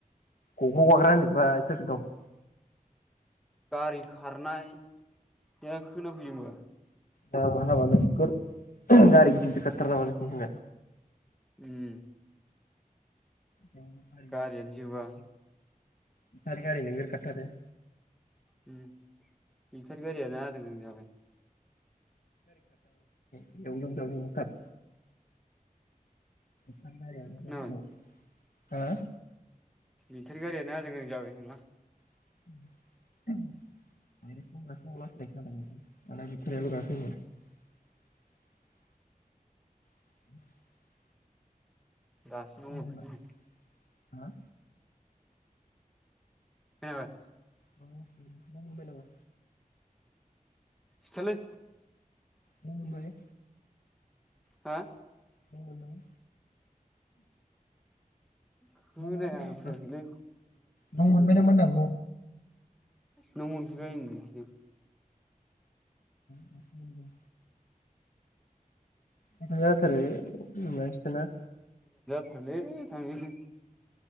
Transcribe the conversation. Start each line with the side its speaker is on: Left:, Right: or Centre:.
Left: गग्र' गाग्रा होनजोबबाय सोरसोर दं
Centre: गारि खारनाया खोनाफैदोंबा
Left: हाबाब हाबाब नगोर गारि गिदर गिदिर खारथारो नामा नोंसिनिथिंलाय
Centre: उम
Left: जनोरि
Centre: गारियानो जोबा
Left: <unintelligible> बेटारि गारि नोगोर खारथारो
Centre: हम बेटारि गारियानो आजां गाजां जाबाय
Left: एवलुं जावलुं थार <unintelligible>
Centre: खोनाबाय
Left: हा
Centre: बेटारि गारियानो आजां गाजां जाबाय होनदोंलां
Left: <unintelligible> <inaudible>
Centre: दासो न
Left: नों
Centre: मोनफैदों
Left: मोनबाय
Centre: नै
Left: हा
Centre: खोनाबाय
Left: न' मोनबायनामा?
Centre: सिथालै
Left: न' मोनबाय?
Centre: हा
Left: न' मोनबाय?
Centre: खोनायाखैनो
Left: मोनाखै नामा होनदों न' मोनबाय नामा होनदां
Centre: न' मोनफैबाय ओं दासो
Left: दासो मोनहैदों माथो जाथारै <unintelligible>
Centre: <unintelligible> थांनि जों